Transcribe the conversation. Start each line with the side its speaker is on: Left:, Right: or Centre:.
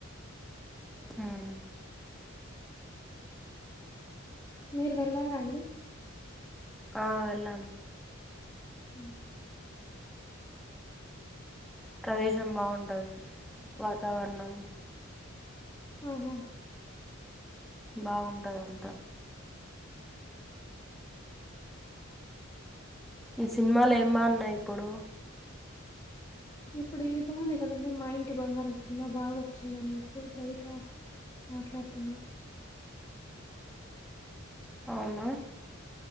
Centre: హ్మ్
Left: మీరు వెళ్ళారండి
Centre: ఆ వెళ్ళాం
Left: ఉ
Centre: ప్రదేశం బాగుంటది వాతావరణం
Left: ఆహ
Centre: బాగుంటంద అంతా ఈ సినిమాలు ఏం బాగున్నాయి ఇప్పుడు
Left: ఇప్పుడు ఇది బాగుంది కదండి మా ఇంటి బంగారం సినిమా బాగా వచ్చింద అనేసి బయట మాట్లాడుతున్నారు
Centre: అవునా